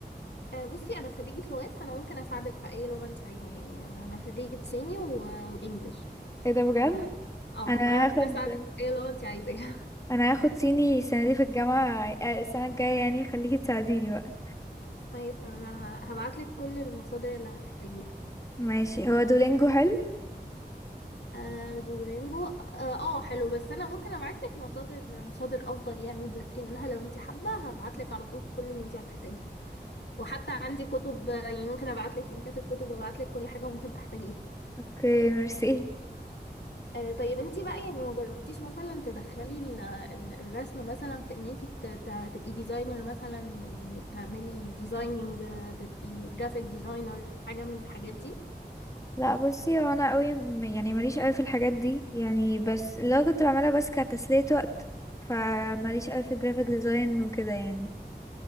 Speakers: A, on the left; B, on the left.
A: آه، بصي انا خريجه لغات فانا ممكن اساعدك في اي لغه انت عايزاها يعني انا انا خريجه صيني و... وانجليش
B: ايه ده بجد
A: ف... اه
B: انا
A: فانا ممكن
B: هاخد
A: اساعدك في اي لغه انت عايزاها
B: انا هاخد صيني السنة دي في الجامعة آه، السنة الجاية يعني خليكي تساعديني بقى
A: <laughs> طيب تمام انا هبعت لك كل المصادر اللي هتحتاجيها
B: ماشي هو دولينجو حلو
A: آه، دولينجو اه آه، حلو بس انا ممكن ابعت لك مصادر مصادر افضل يعني تذاكري منها لو انت حابه هبعت لك على طول كل اللي انت هتحتاجيه وحتى عندي كتب يعني ممكن ابعت لك لينكات الكتب وابعت لك كل حاجه ممكن تحتاجيها
B: اوكي ميرسي
A: آه طيب انتي بقى يعني ما جربتيش مثلا تدخلي ال- ال- الرسم مثلا في ان انتي ت- ت- تبقي ديزاينر مثلا يعني تعملي ديزايننج تبقي جرافيك ديزاينر حاجه من الحاجات دي
B: لا بصي هو انا قوي م- يعني ماليش قوي في الحاجات دي يعني بس لو كنت بعملها بس كتسلية وقت فماليش قوي في الجرافيك ديزاين وكده يعني